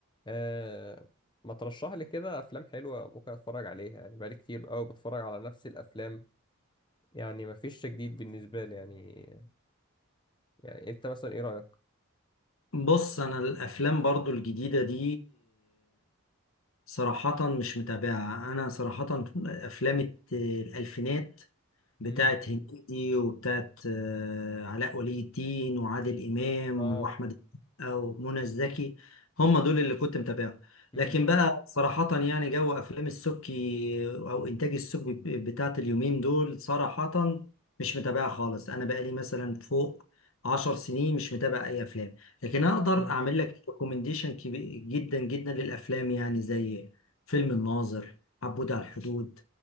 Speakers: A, on the left (about 20°); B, on the left (about 65°).
A: آه ما ترشح لي كده افلام حلوه ممكن اتفرج عليها يعني بقالي كتير قوي بتفرج على نفس الافلام يعني ما فيش جديد بالنسبه لي يعني يعني انت مثلا ايه رايك
B: بص انا الافلام برضو الجديده دي صراحه مش متابعه انا صراحه افلام الت- الالفينات بتاعت
A: امم
B: هنيدي وبتاعت آه، علاء ولي الدين وعادل امام
A: اه
B: واحمد السقا ومنى الزكي هم دول اللي كنت متابعهم
A: امم
B: لكن بقى صراحه يعني جو افلام السبكي او انتاج السبكي بتاعت اليومين دول صراحه مش متابعه خالص انا بقالي مثلا فوق عشر سنين مش متابع اي افلام لكن اقدر
A: امم
B: اعمل لك ريكومنديشن كبير جدا جدا للافلام يعني زي فيلم الناظر عبود على الحدود